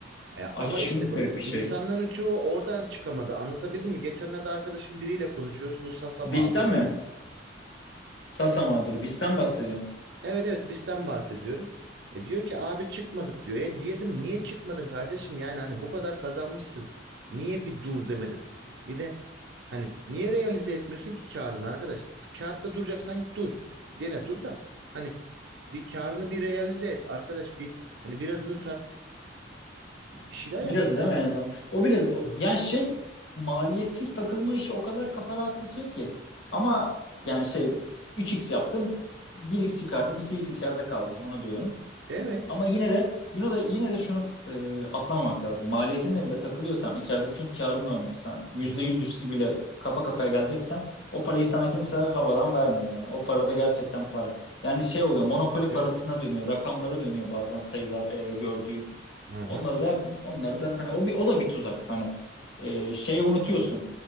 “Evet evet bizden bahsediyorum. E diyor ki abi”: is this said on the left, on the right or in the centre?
Right